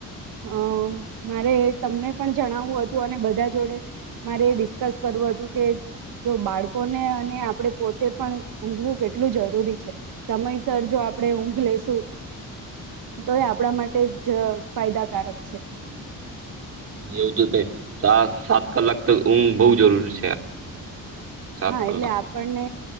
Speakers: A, on the right; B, on the right.
A: અમ મારે તમને પણ જણાવવું હતું અને બધા જોડે મારે ડિસ્કસ કરવું હતું કે જો બાળકોને અને આપડે પોતે પણ ઊંઘવું કેટલું જરૂરી છે સમયસર જો આપણે ઊંઘ લઈેશું તો એ આપણા માટે જ ફાયદાકારક છે
B: હા એવું તો થાય. સા સાત કલાક તો ઊંઘ બઉ જરૂરી છે. સાત
A: હા
B: કલાક
A: એટલે આપણને